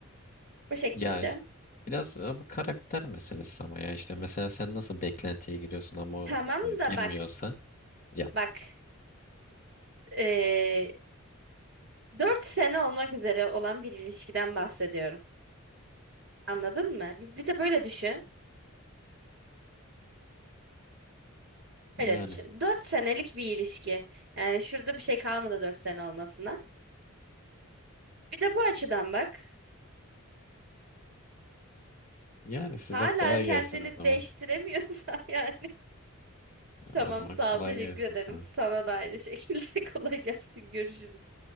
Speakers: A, on the right (about 50°); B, on the left (about 40°).
A: o şekilde.
B: Ya ş- biraz ama karakter meselesi ama ya işte mesela sen nasıl beklentiye giriyorsun ama o
A: Tamam
B: e, girmiyorsa
A: da bak
B: yap.
A: bak ee, 4 sene olmak üzere olan bir ilişkiden bahsediyorum. Anladın mı? Bir bir de böyle düşün.
B: Yani
A: Öyle düşün. 4 senelik bir ilişki. Yani şurada bir şey kalmadı 4 sene olmasına. Bir de bu açıdan bak.
B: yani size
A: Hala
B: kolay
A: kendini
B: gelsin o zaman.
A: değiştiremiyorsa <laughs> yani tamam
B: O zaman
A: sağ
B: kolay
A: ol teşekkür
B: gelsin
A: ederim.
B: sana.
A: Sana da aynı şekilde <laughs> kolay gelsin görüşürüz.